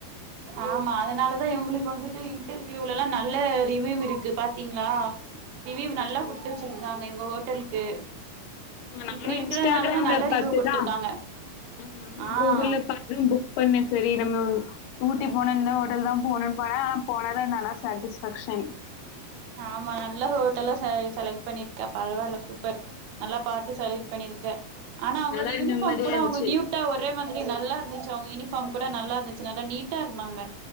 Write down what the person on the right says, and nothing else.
ஆமா அதனாலதான் இவுங்களுக்கு வந்து இன்டர்வியூல எல்லாம் நல்ல ரிவியூ இருக்கு பாத்தீங்களா ரிவியூ
நல்லா குடுத்து
வச்சிருக்காங்கவங்க
ஹோட்டலுக்கு <unintelligible>
இப்டி இருக்கறனாலதா
நல்ல
ரிவ்யூ குடுத்துருக்காங்க
ஆ
ஆமா நல்லா ஹோட்டல்லா செலக்ட் பண்ணிருக்கே பரவாயில்ல சூப்பர் நல்லா பாத்து செலக்ட் பண்ணிருக்க ஆனா அவங்களோட
யூனிபார்ம்
கூட
அவங்க நியூட்டா ஒரேமாரி நல்லா இருந்துச்சு அவங்க யூனிஃபார்ம் கூட நல்லா இருந்துச்சு நல்லா நீட்டா இருந்தாங்க